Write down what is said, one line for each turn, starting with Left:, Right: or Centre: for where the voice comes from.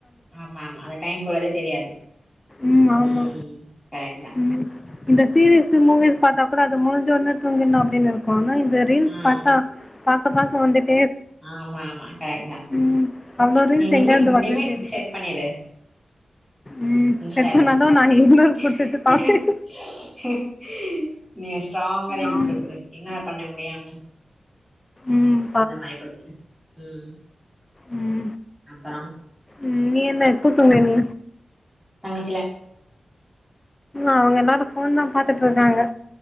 Centre: ஆமா ஆமா அந்த டைம் போறதே தெரியாது
Left: ம் ஆமா.
Centre: உம் கரெக்ட் தான்
Left: ம். இந்த சீரிஸு மூவிஸ் பார்த்தா கூட அது முடிஞ்ச ஒன்னே தூங்கினா அப்படின்னு இருக்குல இந்த ரீல்ஸ்
Centre: ஆ
Left: பாத்தா பாத் பாக்க பாக்க வந்துட்
Centre: ஆமா ஆமா கரெக்ட் தான்
Left: ம். அவ்ளோ ரீல்ஸ்
Centre: நீ லிமிட்
Left: எங்கேருந்து வருதுன்னு
Centre: லிமிட்
Left: தெரியல.
Centre: செட் பண்ணிரு இன்ஷ்டால
Left: ம். செக் பண்ணாலும் நான் இக்னோர் குடுத்துட்டு பாப்பேன்.
Centre: ஸ்ட்ராங்கா லிமிட்
Left: ம்.
Centre: கொடுத்துரு இக்னொரு பண்ண முடியாம
Left: ம்.
Centre: அந்த மாரி கொடுத்துரு உம்
Left: உம்
Centre: அப்பறோ
Left: உம் நீ என்ன எப்ப தூங்குற நீ
Centre: தங்க
Left: அவங்க எல்லாரும் போன் தான் பாத்துட் <unintelligible> றாங்க